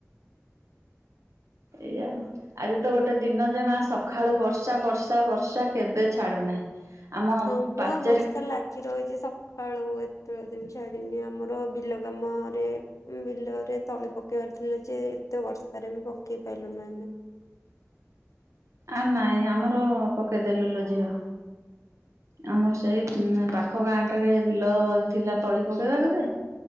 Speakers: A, on the right (about 70°); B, on the left (about 80°).
A: ଏଇୟା ଆଉ ଆଜି ତ ଗୋଟେ ଦିନ ଯେମା ସଖାଳୁ ବର୍ଷା ବର୍ଷା ବର୍ଷା କେବେ ଛାଡୁନାହିଁ। ଆମ
B: ହଁ ବା
A: ପାଚେରୀ
B: ବର୍ଷା ଲାଗି ରହିଚି ସ ଖାଳୁ ଏତବେଳଦେ ଛାଡିନି ଆମର ବିଲ କାମ ରେ ବିଲରେ ତଳି ପକେଇବାର ଥିଲା ଯେ ଏତେ ବର୍ଷାରେ ବି ପକେଇ ପାଇଲୁନୁ ଆମେ।
A: ଆ ନାଇଁ ଆମର ପକେଇଦେଲୁ ଲୋ ଝିଅ। ଆମର ସେଇ ଉମ ପାଖ ଗାଁ ଟାରେ ବିଲ ଥିଲା ତଳି ପକେଇବାକୁ ଯେ